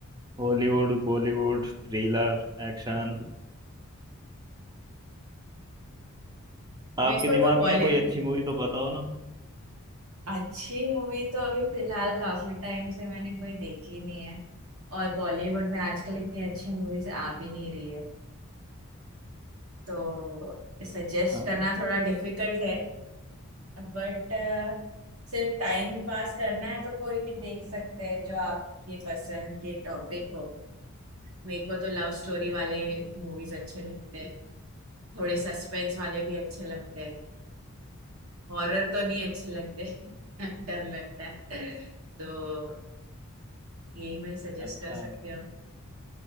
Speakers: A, on the right (about 15°); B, on the right (about 75°).
A: हॉलीवुड बॉलीवुड थ्रिलर एक्शन आपके
B: मेरे को
A: दिमाग
B: तो बॉलीवुड
A: में है कोई अच्छी मूवी तो बताओ ना
B: अच्छी मूवी तो अभी फिलहाल काफी टाइम से मैंने कोई देखी नहीं है और बॉलीवुड में आजकल इतनी अच्छी मूवीज आ भी नहीं रही है तो सजेस्ट
A: हाँ
B: करना थोड़ा डिफिकल्ट है बट सिर्फ टाइम पास करना है तो कोई भी देख सकते हैं जो आपके पसंद के टॉपिक हो मेरे को तो लव स्टोरी वाले मूवीज अच्छे लगते हैं थोड़े सस्पेंस वाले भी अच्छे लगते हैं हॉरर तो नहीं अच्छे लगते <laughs> डर लगता है तो यही मैं सजेस्ट
A: अच्छा
B: कर सकती हूँ